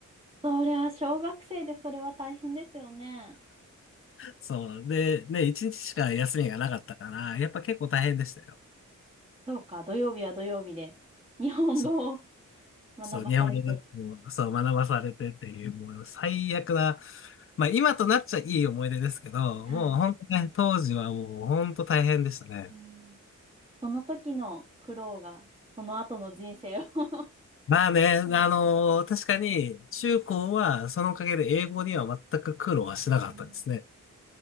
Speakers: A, on the right (about 20°); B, on the left (about 45°).
A: それは小学生でそれは大変ですよね。
B: そう。で、ね、一日しか休みがなかったから、やっぱ結構大変でしたよ。
A: そうか、土曜日は土曜日で日本語を
B: そう。
A: 学ばされて。
B: そう、日本語学校、そう、学ばされてっていう、もう最悪な、まあ今となっちゃいい思い出ですけど、
A: はい。
B: もう本当ね、当時はもう本当大変でしたね。
A: うん、その時の苦労が、その後の人生を <laughs>
B: まあね、
A: なんで
B: あのー確かに中高はそのおかげで英語には全く苦労はしなかったですね。
A: すね。うん。